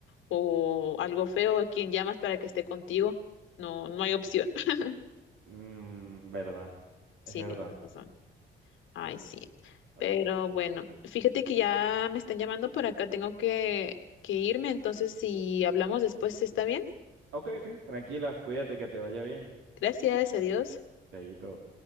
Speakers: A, on the left (about 80°); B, on the right (about 85°).
A: o algo feo a quien llamas para que esté contigo. No, no hay opción. <laughs>
B: Mm, verdad, es
A: Sí,
B: verdad.
A: tienes razón. Ay, sí.
B: Está
A: Pero
B: difícil.
A: bueno, fíjate que ya me están llamando por acá, tengo que, que irme, entonces si hablamos después, ¿está bien?
B: Ok, ok, tranquila, cuídate que te vaya bien.
A: Gracias, adiós.
B: Chayito.